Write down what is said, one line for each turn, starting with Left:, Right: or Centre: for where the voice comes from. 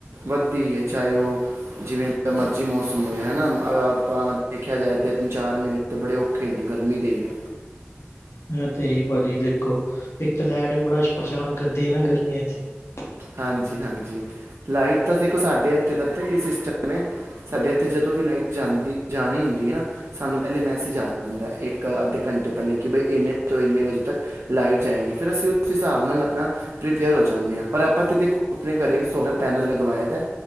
Right: ਵੱਧਦੀ ਹੈ, ਚਾਹੇ ਉਹ ਜਿਵੇਂ ਮਰਜ਼ੀ ਮੌਸਮ ਹੋਏ, ਹਨਾ ਅ ਆਪਾਂ ਦੇਖਿਆ ਜਾਏ। ਤਿੰਨ ਚਾਰ ਮਹੀਨੇ ਤੇ ਬੜੇ ਔਖੇ ਨੇ ਗਰਮੀ ਦੇ ਨੇ।
Left: ਹੈ ਤੇ ਇਹੀ ਭਾਜੀ ਦੇਖੋ ਇੱਕ ਤਾਂ ਲਾਈਟ ਵੀ ਬੜਾ ਪਰੇਸ਼ਾਨ ਕਰਦੀ ਹੈ ਨਾ ਗਰਮੀਆਂ 'ਚ
Right: ਹਾਂਜੀ-ਹਾਂਜੀ ਲਾਈਟ ਤਾਂ ਦੇਖੋ ਸਾਡੇ ਹੱਥੇ ਦਾ ਪਤਾ ਕੀ ਸਿਸਟਮ ਹੈ। ਸਾਡੇ ਇੱਥੇ ਜਦੋਂ ਵੀ ਲਾਈਟ ਜਾਂਦੀ ਜਾਣੀ ਹੁੰਦੀ ਹੈ ਨਾ ਸਾਨੂੰ ਪਹਿਲੇ ਮੈਸੇਜ ਆ ਜਾਂਦਾ ਇੱਕ ਅੱਧੇ ਘੰਟੇ ਘੰਟੇ ਪਹਿਲੇ ਕਿ ਬਈ ਇੰਨੇ ਤੋਂ ਇੰਨੇ ਵਜੇ ਤੱਕ ਲਾਈਟ ਜਾਏਗੀ ਫਿਰ ਅਸੀਂ ਉਸ ਹਿਸਾਬ ਨਾਲ ਆਪਣਾ ਪ੍ਰੀਪੇਅਰ ਹੋ ਜਾਂਦੇ ਹਾਂ। ਪਰ ਆਪਾਂ ਤੇ ਦੇਖੋ ਆਪਣੇ ਘਰੇ ਸੋਲਰ ਪੈਨਲ ਲਗਵਾਇਆ ਤਾਂ